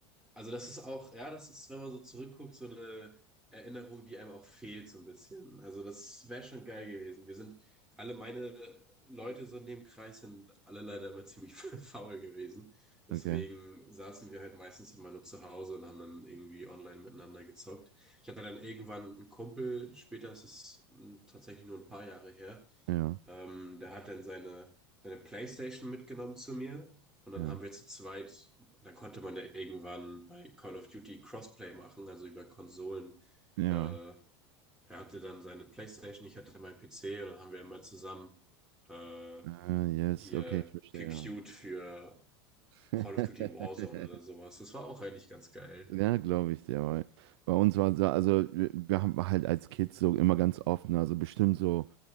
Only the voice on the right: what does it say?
Okay,
ja,
ja,
ja.
Ah, yes,
okay, ich verstehe.
<laughs>
Ja, glaube ich dir, weil bei uns war so, also wir, wir haben halt als Kids so immer ganz oft, ne, also bestimmt so,